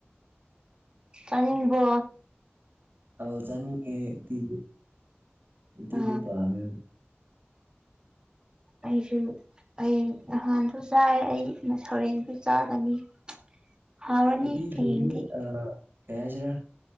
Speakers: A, on the right (about 20°); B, on the right (about 55°).
A: ꯆꯅꯤꯡꯕꯣ
B: ꯑꯧ ꯆꯥꯅꯤꯡꯉꯦꯗꯤ ꯗꯤꯗꯤ
A: ꯑ
B: ꯄꯥꯃꯦ
A: ꯑꯩꯁꯨ ꯑꯩ ꯅꯍꯥꯟꯁꯨ ꯆꯥꯏ ꯑꯩ ꯁꯧꯔꯦꯡꯁꯨ ꯆꯥꯒꯅꯤ ꯍꯥꯎꯔꯅꯤ
B: ꯇꯤ ꯊ
A: ꯍꯌꯦꯡꯗꯤ
B: ꯑ ꯀꯩ ꯍꯥꯏꯁꯤꯔꯥ